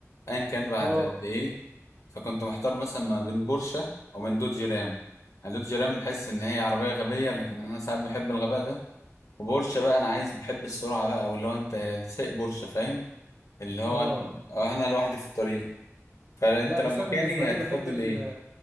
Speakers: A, on the left; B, on the right.
A: ايا كان بعد
B: اه
A: قد ايه فكنت محتار مثلا ما بين بورشه او من دوج رام يعني دوج رام بحس ان هي عربيه غبيه لكن انا ساعات بحب الغباء ده وبورشه بقى انا عايز بحب السرعه بقى او اللي هو انت انت سايق بورشه فاهم اللي هو
B: اه
A: انا أنا لوحدي في الطريق فانت
B: لا بس
A: لو مكاني
B: انا بالنسبة لي
A: هتفضل
B: بحب ال...
A: ايه